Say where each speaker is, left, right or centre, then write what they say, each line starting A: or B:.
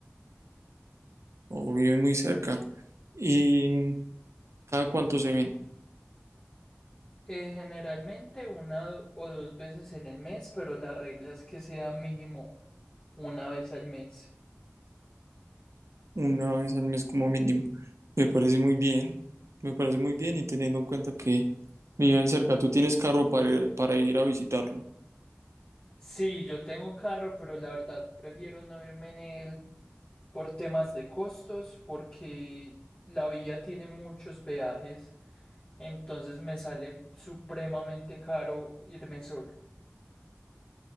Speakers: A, on the right; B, on the left.
A: ¿O viven muy cerca? ¿Y cada cuánto se ven?
B: Eh, generalmente una do- o dos veces en el mes, pero la regla es que sea mínimo una vez al mes.
A: Una vez al mes como mínimo. Me parece muy bien, me parece muy bien y teniendo en cuenta que viven cerca, ¿tú tienes carro para ir- para ir a visitarlos?
B: Sí, yo tengo carro, pero la verdad prefiero no irme en él por temas de costos, porque la vía tiene muchos peajes. Entonces me sale supremamente caro irme solo.